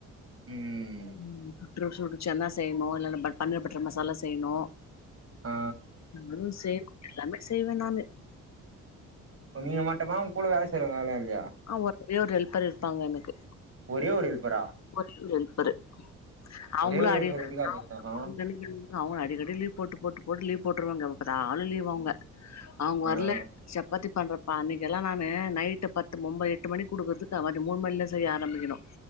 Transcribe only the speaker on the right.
ம்
ஆ
நீங்க மட்டமா உங்க கூட வேல செய்றவுங்க ல்லா இல்லையா
ஒரே ஒரு ஹெல்ப்பரா
ஒரே ஒரு
ஹெல்ப்பர் எப்டிக்கா
பத்து ஆ
ஆ